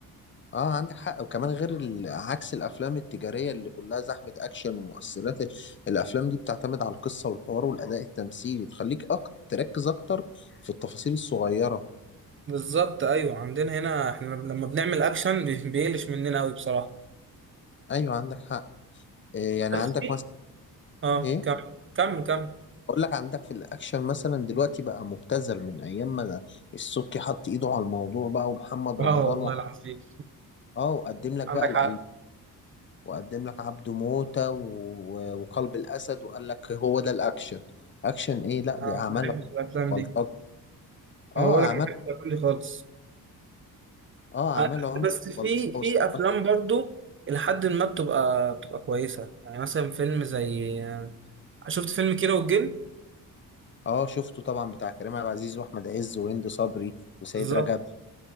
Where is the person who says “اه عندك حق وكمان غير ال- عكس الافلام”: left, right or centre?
Left